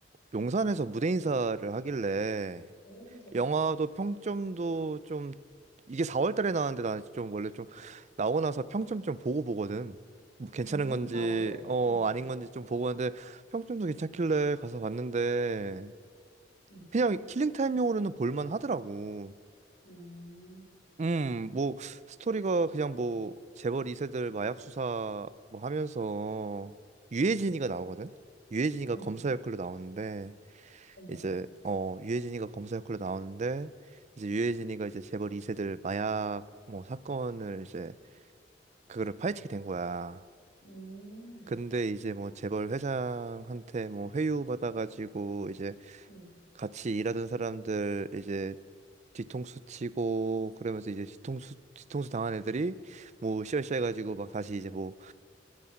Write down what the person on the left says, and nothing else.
오, 대박.
어.
음,
나도 그래.
음,
음,
음,
음.
어머.
음,
음,